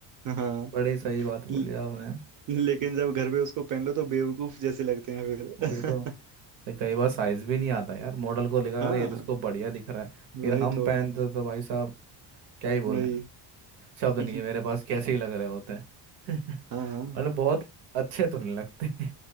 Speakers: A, on the right; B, on the right.
A: हाँ
B: बड़ी सही बात बोली
A: ल-
B: आपने
A: लेकिन जब घर पे उसको पहन लो तो बेवकूफ जैसे लगते हैं फिर
B: वही तो ये कई बार साइज भी नहीं आता यार मॉडल को लिखा
A: <laughs> हाँ
B: अरे ये तो इसको बढ़िया दिख रहा है फिर
A: वही
B: हम
A: तो
B: पहनते तो भाई साहब क्या ही बोले
A: वही
B: शब्द
A: <laughs>
B: नहीं है मेरे पास कैसे ही लग रहे होते हैं <laughs>
A: हाँ हाँ
B: मतलब बहुत अच्छे तो नहीं लगते